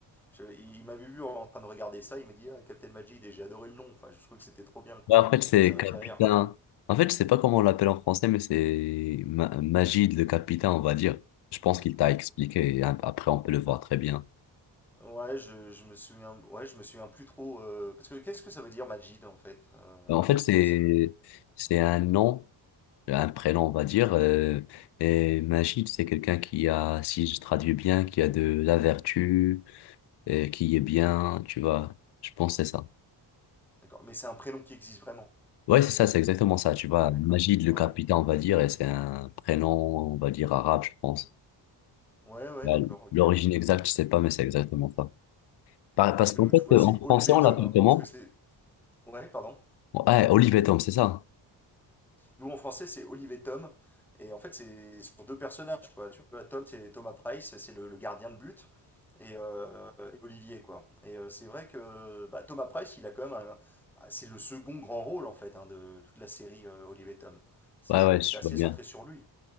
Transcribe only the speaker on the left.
Bah, en fait, c'est
capitaine.
En fait, je sais pas comment on l'appelle en français, mais c'est Ma- Magid, le capitaine, on va dire. Je pense qu'il t'a expliqué et a- après, on peut le voir très bien.
Bah, En fait, c'est
c'est un nom, un prénom, on va dire. euh, Et Magid, c'est quelqu'un qui a, si je traduis bien, qui a de la vertu, et qui est bien, tu vois. Je pense que c'est ça.
Ouais, c'est ça, c'est exactement ça, tu vois.
Magid, le
capitaine, on va dire, et c'est un prénom, on va dire, arabe, je pense.
Bah,
l'origine
exacte, je sais pas, mais c'est exactement ça. Par-
Parce
qu'en
fait,
en
français,
on
l'appelle
comment?
Ouais, Olive et Tom, c'est ça? hein.
Ouais, ouais,
je
vois bien.